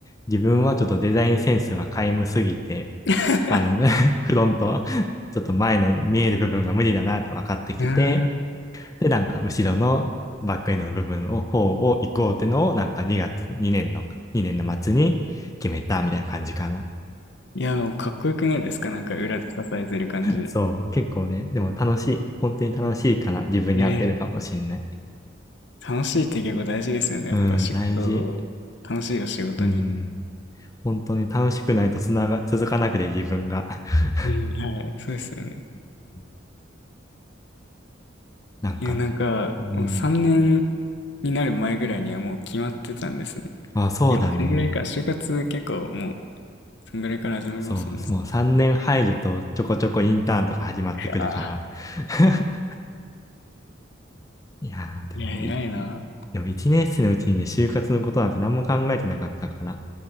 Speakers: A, on the left; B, on the left.
A: 自分はちょっとデザインセンスが皆無すぎて、
B: <laughs>
A: あの、<laughs> フロント、ちょっと前の見える部分が無理だなと分かってきて、
B: うーん。
A: で、なんか後ろのバックエンドの部分を、方を行こうってのを、なんか2月、2年の、2年の末に決めたみたいな感じかな。
B: いや、あの、かっこよくないですかなんか裏で支えてる感じ。
A: そう、結構ね、でも楽しい。本当に楽しいから自分に合ってるかもしんない。
B: ええ楽しいって結構大事ですよね。
A: うん、
B: やっぱ仕事、
A: 大事。
B: 楽しいよ、仕事に。
A: うん。本当に楽しくないとつなが、続かなくて自分が。<laughs>
B: うん、はい、そうですよね。
A: うんなんか、
B: いや、なんか、
A: うん、
B: もう3年になる前ぐらいにはもう決まってたんですね。
A: あ、そうだね。
B: いや、もうそんぐらいから、就活結構もう、そんぐらいから始まりますもんね。
A: そう、そう、もう3年入るとちょこちょこインターンとか始まってくるから。
B: いや
A: <laughs> いやー、でもね、
B: ー、いや、偉いな。
A: いいでも1年生のうちにね、就活のことなんて何も考えてなかったから、